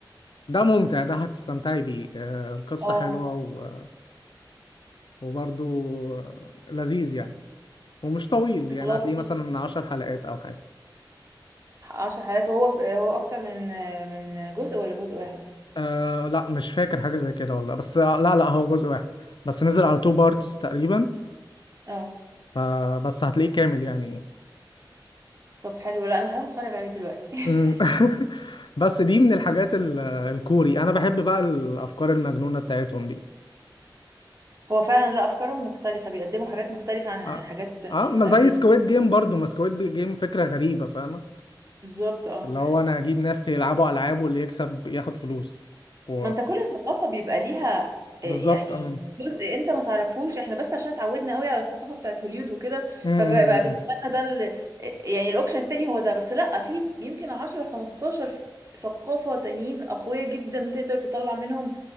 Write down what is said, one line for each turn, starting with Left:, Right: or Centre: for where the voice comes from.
Left: ده ممتع ده هتستمتعي بيه آه، القصة
Right: اه
Left: حلوة و- وبرضه آه، لذيذ يعني ومش طويل يعني
Right: خلاص
Left: هتلاقيه مثلا
Right: ماشي
Left: 10 حلقات او حاجة
Right: عشر حلقات وهو في هو اكتر من من جزء ولا جزء واحد
Left: آه لا مش فاكر حاجة زي كده والله بس آه، لا لا هو جزء واحد بس نزل على تو بارتس تقريبا
Right: اه
Left: فبس هتلاقيه كامل يعني
Right: طب حلو لا انا هروح اتفرج عليه دلوقتي
Left: أمم.
Right: <laughs>
Left: <laughs> بس دي من الحاجات ال- الكوري انا بحب بقى الافكار المجنونة بتاعتهم دي
Right: هو فعلا لا افكارهم مختلفة بيقدموا حاجات مختلفة عن
Left: اه
Right: الحاجات
Left: اه
Right: الامريكي
Left: ما زي سكويد جيم برضو ما سكويد جيم فكرة غريبة فاهمة
Right: بالظبط اه
Left: اللي هو انا هجيب ناس يلعبوا العاب واللي يكسب ياخد فلوس و...
Right: ما انت كل ثقافة بيبقى ليها
Left: بالظبط
Right: آه، يعني
Left: أم.
Right: جزء انت ما تعرفوش احنا بس عشان اتعودنا قوي على الثقافة بتاعت هوليود وكده
Left: أم، أم،
Right: فبقى بقى
Left: أم،
Right: بالنسبة
Left: أم.
Right: لنا ده ال- آه، يعني الاوبشن التاني هو ده بس لا في يمكن 10 15 ف- ثقافة تانيين أقوياء جدا تقدر تطلع منهم